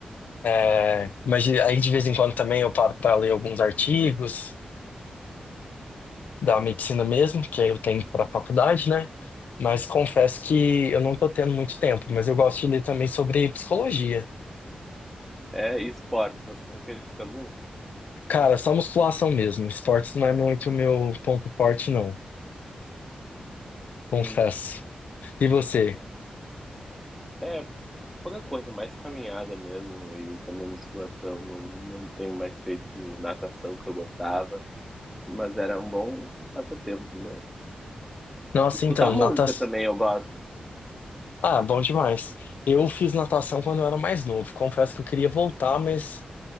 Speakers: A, on the left; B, in the centre.
A: É, mas de- aí de vez em quando também eu paro para ler alguns artigos da medicina mesmo, que aí eu tenho para faculdade, né? Mas confesso que eu não tô tendo muito tempo, mas eu gosto de ler também sobre psicologia.
B: É, e esportes, você tem feito algum?
A: Cara, só musculação mesmo. Esportes não é muito meu ponto forte, não. Confesso.
B: Sim.
A: E você?
B: É, pouca coisa, mais caminhada mesmo e também musculação. Não, não tenho mais feito natação que eu gostava, mas era um bom passatempo meu.
A: Nossa,
B: Escutar
A: então,
B: música
A: natação.
B: também eu gosto.
A: Ah, bom demais. Eu fiz natação quando eu era mais novo. Confesso que eu queria voltar, mas